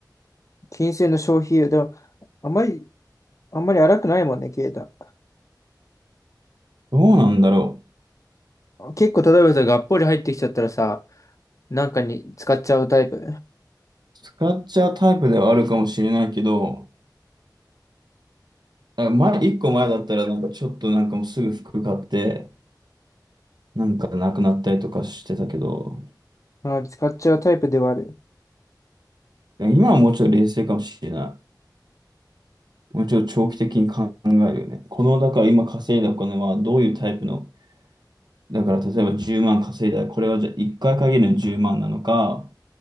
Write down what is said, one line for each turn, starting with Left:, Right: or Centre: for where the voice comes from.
Left: 金銭の消費でも、あんまり、あんまり荒くないもんね、ケイタ。
Right: どうなんだろ
Left: 結構、例えばさ、がっぽり入ってきちゃったらさ、なんかに使っちゃうタイプ。
Right: う。使っちゃうタイプではあるかもしれないけど、あ前、一個前だったら、なんかちょっとなんかもうすぐ服買って、なんかなくなったりとかしてたけど、
Left: あ、使っちゃうタイプではある。
Right: 今はもうちょい冷静かもしれない。もうちょい長期的に考えるよね。この、だから今稼いだお金はどういうタイプの、だから例えば10万稼いだら、これはじゃあ1回限りの10万なのか、